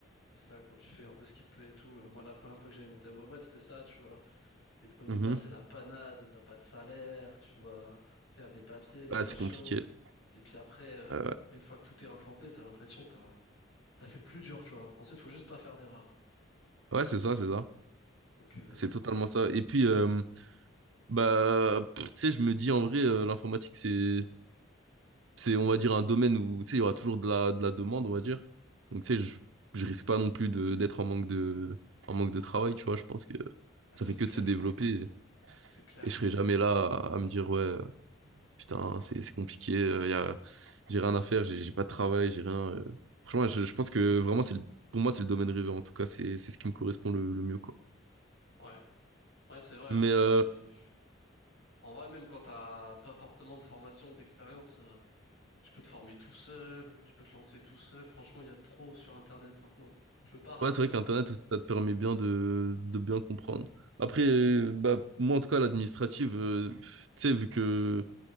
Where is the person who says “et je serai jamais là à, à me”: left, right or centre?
Right